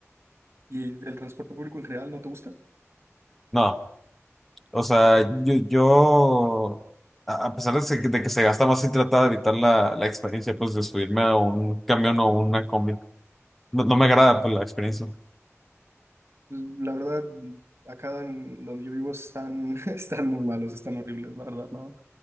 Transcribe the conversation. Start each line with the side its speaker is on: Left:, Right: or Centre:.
Right: ¿Y el transporte público en general no te gusta?
Centre: No, o sea, yo, yo a a pesar de, se- de que se gasta más, sí trata de evitar la, la experiencia, pues, de subirme a un camión o una combi. No, no me agrada, pues, la experiencia.
Right: Pues, la verdad, acá en donde yo vivo están, <laughs> están muy malos, están horribles, la verdad, no,